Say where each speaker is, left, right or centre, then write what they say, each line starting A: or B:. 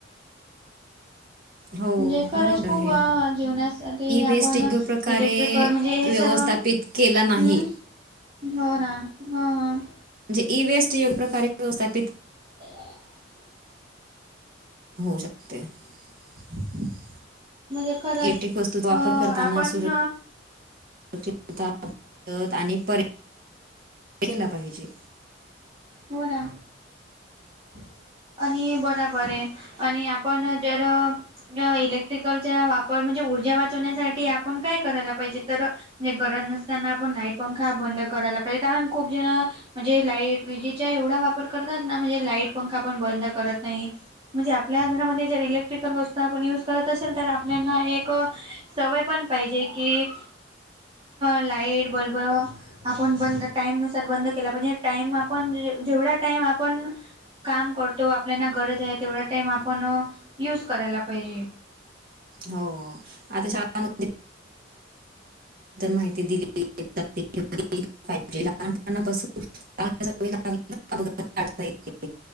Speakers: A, on the right; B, on the right.
A: हो
B: म्हणजे खरंच
A: बरोबर
B: खूप
A: आहे
B: अ जीवनासाठी
A: बेस
B: आपण
A: त प्रकारे
B: इलेक्ट्रिकल म्हणजे हे सर्व
A: व्यवस्थापित केला नाही.
B: हम्म हो ना ह ह.
A: म्हणजे ई वेस्ट योग प्रकारे्यवस्थापित
B: <unintelligible>
A: हो शकते, <unintelligible>
B: म्हणजे खरंच
A: एटिक वस्तूतचा वापर
B: अ
A: करताना
B: आपण
A: असु <unintelligible> आणि पर <inaudible> केला पाहिजे.
B: हो ना, <unintelligible> आणि बराबर आहे, आणि आपण जर इलेक्ट्रिकलचा वापर म्हणजे ऊर्जा वाचवण्यासाठी आपण काय करायला पाहिजे तर म्हणजे गरज नसताना आपण लाईट पंखा बंद करायला पाहिजे कारण खूप जण म्हणजे लाईट विजेचा एवढा वापर करतात ना म्हणजे लाईट पंखा पण बंद करत नाही. म्हणजे आपल्या घरामध्ये जर इलेक्ट्रिकल वस्तू आपण युज करत असेल तर आपल्याना एक, सवय पण पाहिजे की लाईट बल्ब आपण बंद टाईमनुसार बंद केला पाहिजे टाइम आप आपण जेवढा टाइम आपण काम करतो आपल्याना गरज आहे तेवढा टाईम आपण यूज करायला पाहिजे
A: हो आता शाद्दल माहिती दिली. <unintelligible> हिजे लहानपणापासून. <unintelligible>